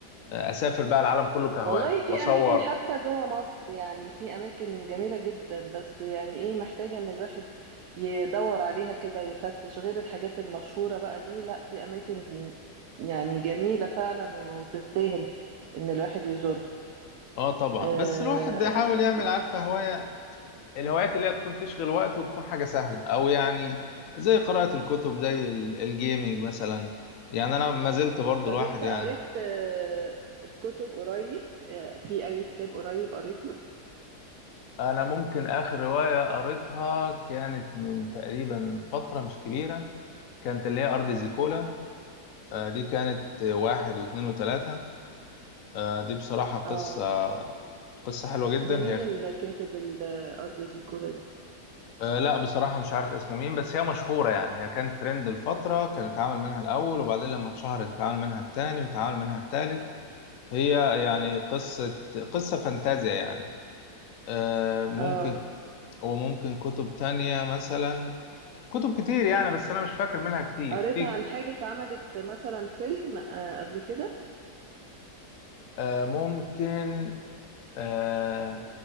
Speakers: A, on the left (about 60°); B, on the right (about 70°).
A: اسافر بقى العالم كله كهوايه
B: والله في
A: واصور
B: أماكن حتى جوه مصر يعني في أماكن جميلة جدا بس يعني إيه محتاجة إن الواحد يدور عليها كده ويفتش غير الحاجات المشهورة بقى دي لا في أماكن يعني جميلة فعلا وتستاهل إن الواحد يزورها
A: اه طبعا
B: آه،
A: بس الواحد بيحاول يعمل عارفه هوايه الهوايات اللي هي تكون تشغل وقت وتكون حاجه سهله او يعني زي قراءه الكتب زي ال- الجيمينج مثلا يعني انا ما زلت برضو
B: طب
A: الواحد
B: انت
A: يعني
B: قريت آه، كتب قريب آه، في اي كتاب قريب قريته
A: انا ممكن اخر روايه قريتها كانت من تقريبا فتره مش كبيره كانت اللي هي ارض زيكولا آه، دي كانت واحد واثنين وثلاثه آه، دي بصراحه قصه
B: اه
A: قصه حلوه جدا
B: ده مين
A: هي
B: اللي كاتب ال- الارض زي كولا دي
A: أه لا بصراحة مش عارف اسمه مين بس هي مشهورة يعني هي كانت ترند الفترة كان اتعمل منها الأول وبعدين لما اتشهرت اتعمل منها التاني واتعمل منها التالت هي يعني قصة قصة فانتازيا يعني أه ممكن
B: اه
A: وممكن كتب تانية مثلا كتب كتير يعني بس أنا مش فاكر منها كتير
B: قريت
A: في
B: عن حاجة اتعملت مثلا فيلم آه، قبل كده
A: أه ممكن أه